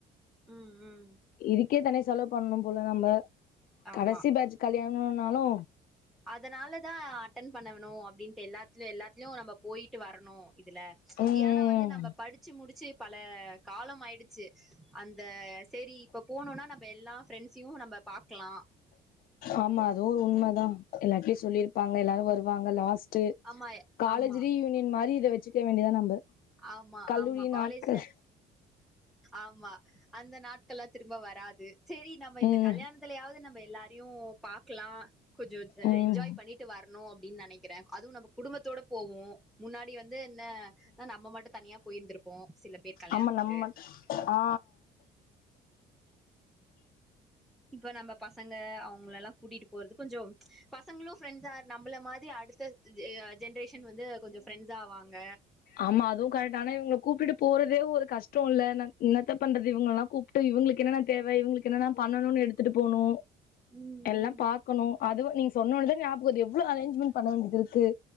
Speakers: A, in the centre; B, on the left.
A: ம் ம்
B: இதுக்கே தனியா செலவ் பண்ணு போல நம்ப
A: ஆமா
B: கடைசி பேஜ் கல்யாணோன்னாலு
A: அதனாலதா அட்டன் பண்ணனு அப்டின்ட்டு எல்லாத்லயு எல்லாத்லயு நம்ப போய்ட்டு வரணு இதுல
B: ம்
A: ஏனா வந்து நம்ப படிச்சி முடிச்சி பல காலமாயிடுச்சி அந்த செரி இப்ப போணுன்னா நம்ப எல்லா ஃப்ரெண்ஸ் ஸயு நம்ப பாக்கலா
B: ஆமா அதுவு ஒரு உண்மதா எல்லார்ட்டியு சொல்லிருப் பாங்க எல்லாரு வருவாங்க லாஸ்ட்டு
A: ஆமா
B: காலேஜ்
A: ஆமா
B: ரீயூனியன் மாரி இத வெச்சுக்க வேண்டியதா நம்ப
A: ஆமா
B: கல்லூரி
A: ஆமா காலேஜ்ல
B: நாட்கள்
A: ஆமா அந்த நாட்கள்லா திரும்ப வராது செரி நம்ம இந்த
B: ம்
A: கல்யாணத்துலயாவ்து நம்ப எல்லாரயு பாக்லா கொஞ்சோ அ
B: ம்
A: என்ஜாய் பண்ணிட்டு வர்ணு அப்டின் நெனக்கறே அதுவு நம்ப குடும்பத்தோட போவோ முன்னாடி வந்து என்ன அ நம்ம மட்டு தனியா போய்ருந்திருப்போ சில பேர் கல்யாண்த்துக்கு
B: ஆமா நம்ம ஆ
A: இப்ப நம்ம பசங்க அவுங்களலா கூட்டிட்டு போறது கொஞ்சோ பசங்களு ஃப்ரெண்ட்ஸா நம்பள மாரி அடுத்த ஜெ ஜென்ரேஷன் வந்து கொஞ்சோ ஃப்ரெண்ட்ஸ் ஆவாங்க
B: ஆமா அதுவு கரெக்ட் ஆனா இவங்கள கூப்ட்டு போறதே ஒரு கஷ்ட்டோல நா என்னத்த பண்றது இவங்கல்லா கூப் ட்டு இவங்களுக்கு என்னன்னா தேவ இவங்களுக்கு என்னன்னா பண்ணணு எடுத்துட்டு போணு
A: ம்
B: எல்லா
A: ம்
B: பாக்கணு அதுவு நீங்க சொன்னவொன தா ஞயாபக வருது எவ்ளோ அரேஞ்மெண்ட் பண்ண வேண்டியது இருக்கு